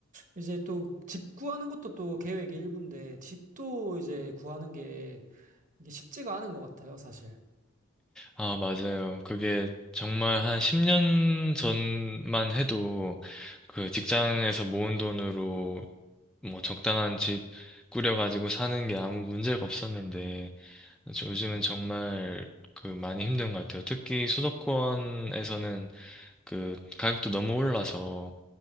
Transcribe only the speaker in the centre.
아, 맞아요. 그게 정말 한 10년 전만 해도 그 직장에서 모은 돈으로 뭐 적당한 집 꾸려가지고 사는 게 아무 문제가 없었는데 저- 요즘은 정말 그 많이 힘든 것 같아요. 특히 수도권에서는 그 가격도 너무 올라서